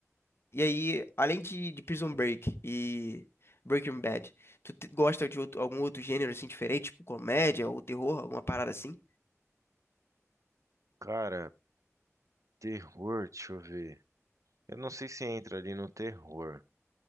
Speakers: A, on the left; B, on the right.
A: E aí, além de, de Prison Break e Breaking Bad, tu te- gosta de outro- algum outro gênero, assim, diferente? Tipo comédia ou terror? Alguma parada assim?
B: Cara, terror, deixa eu ver. Eu não sei se entra ali no terror.